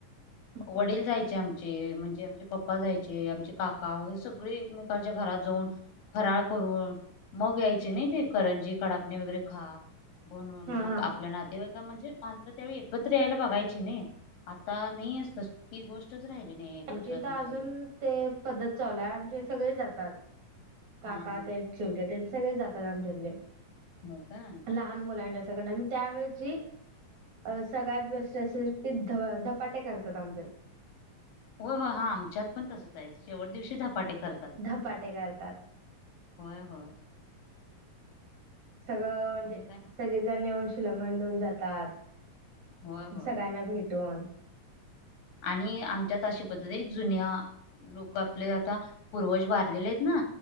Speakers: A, on the right; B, on the left.
A: ह <inaudible>
B: वडील जायचे आमचे, म्हणजे आमचे पप्पा जायचे. आमचे काका सगळे एकमेकांच्या घरात जाऊन. फराळ करून मग यायचे नाही ते करंजी, कडाकणी वगैरे खा. म्हणून,
A: हा
B: मग
A: हा
B: आपल्या नातेवाईका म्हणजे माणसं त्यावेळी एकत्र यायला बघायची. की नाही आता नाही. अस ती गोष्टच राहिली नाही एकत्रपणे
A: आमच्या इथं अजून ते पद्धत चालू आहे. आज सगळे जातात. काका
B: हा हा
A: तेन चुलते तेन सगळे जातात. आमच्या इकडे
B: हो का.
A: लहान मुलांच्या सगळ आणि त्यावेळेची, अ सगळ्यात बेस्ट रेसिपी ध धपाटे करतात आमच्यात
B: हो हो हा आमच्यात पण तसंच आहे. शेवट दिवशी धपाटे कर
A: धपाटे करतात.
B: होय होय.
A: सगळं म्हणजे
B: आणि काय
A: सगळेजण येऊन शिल्लघन देऊन जातात.
B: होय होय
A: सगळ्यांना भेटून.
B: आणि आमच्यात अशी पद्धत आहे. जुन्या लोक आपले आता पूर्वज वारलेले आहेत ना.